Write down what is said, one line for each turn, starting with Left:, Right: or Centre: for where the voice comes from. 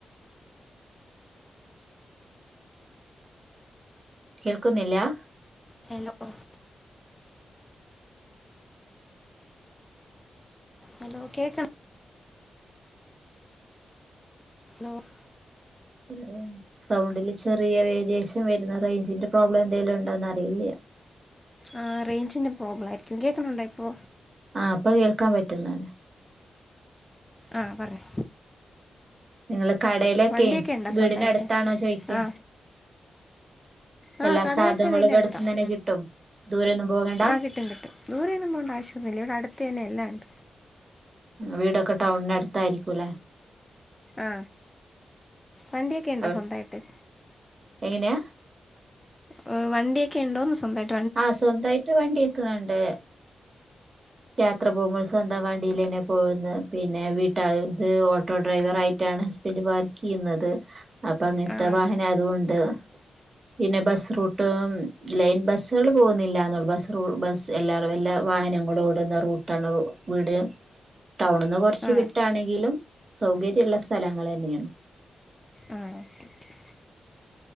Right: കേൾക്കുന്നില്ലാ
Left: ഹലോ <unintelligible> ഹലോ കേക്ക് അലോ <unintelligible>
Right: <unintelligible> സൗണ്ടില് ചെറിയ വേരിയേഷൻ വെരുന്ന്റേഞ്ചിന്റെ പ്രോബ്ലംന്തെലുംഉണ്ടോന്ന് അറിയില്ല്യ
Left: ആ റേഞ്ചിൻ്റെ പ്രോബ്ലായിരിക്കും കേൾകുന്നുണ്ടോ ഇപ്പോ
Right: ആ ഇപ്പൊകേൾക്കാൻപറ്റുന്ന
Left: ആഹ് പറഞൊ
Right: നിങ്ങള് കടേലൊക്കിം
Left: വണ്ടിയൊക്കെ ഉണ്ടോ
Right: വീടിന്റെ
Left: സ്വന്തമായിട്ട്
Right: അടുത്താണോ ചോയ്ക്യ
Left: ആ ആ
Right: എല്ലാ
Left: കടയൊക്കെ
Right: സാതോങ്ങളും
Left: വീടിനടുത്താണ്
Right: എട്ത്ത് നന്നേ കിട്ടുംദൂരൊന്നുംപോകണ്ട
Left: ആ കിട്ടും കിട്ടും ദൂരൊന്നും പോണ്ട ആവശ്യന്നൂല്ല ഇവിടെ അടുത്ത് തന്നെ എല്ലാംണ്ട്.
Right: വീടൊക്കെ ടൗണിന് അടുത്തായിരിക്കുംല്ലേ?
Left: ആ വണ്ടിയൊക്കെ ഉണ്ടോ
Right: അത്
Left: സ്വന്തമായിട്ട്
Right: എങ്ങനെയാ?
Left: ഓ വണ്ടിയൊക്കെണ്ടോന്ന് സ്വന്തായിട്ട്?
Right: ആഹ സ്വന്തായിട്ട് വണ്ടി ഒക്കെ ഇണ്ട്. യാത്ര പോകുമ്പോൾ സ്വന്തം വണ്ടിലെന്നെ പോവുന്നേ പിന്നെ വീട്ടാര്ടെ ഓട്ടോ ഡ്രൈവർ ആയിട്ടാണ് ഹസ് ബന്റ് വർക്കെയ്യുന്നത് അപ്പൊ അങ്ങനത്തെ
Left: ആ
Right: വാഹനം അയതൊണ്ട്. പിന്നെ ബസ്റൂട്ടും ലൈൻ ബസ്സള് പോവുന്നില്ലാന്നൊള്ളു ബസ് റൂ എല്ലാരും എല്ലാ വാഹനങ്ങളും ഓടുന്ന റൂട്ടാണ്‌ വീട് ടൗണിന്ന് കൊറച്ച്
Left: ആ
Right: വിട്ടാണെങ്കിലും സൗകര്യള്ള സ്ഥലങ്ങളെന്നെണ്.
Left: ആ ഓക്കെ ഓക്കെ,